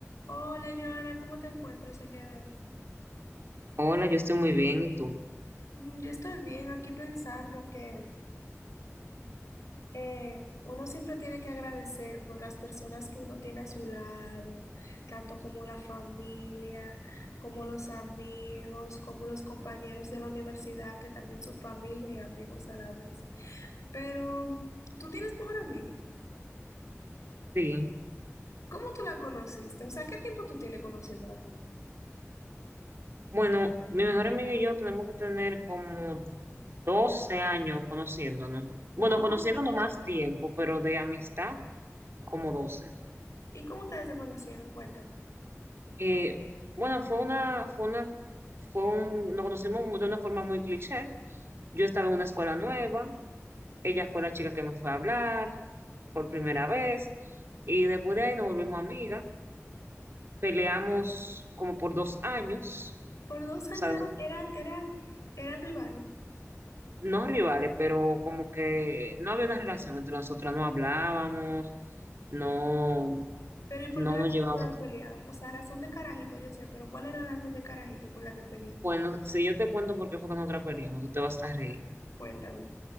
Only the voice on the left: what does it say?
Hola Joana, ¿cómo te encuentras el día de hoy?
Mm, Yo estoy bien aquí pensando que eh, uno siempre tiene que agradecer por las personas que uno tiene a su lado, tanto como la familia, como los amigos, como los compañeros de la universidad, que también son familia y amigos a la vez. Pero tú tienes mejor amiga.
¿Cómo tú la conociste? O sea, ¿qué tiempo tú tienes conociéndola primero?
Wow.
¿Y cómo ustedes se conocieron? Cuéntame.
Por dos años
eran, eran, eran, eran rivales.
Pero ¿y por
qué razón
ustedes peleaban? O sea, razón de carajito, yo sé, pero ¿cuál era la razón de carajito por la que peleaban?
Cuéntame.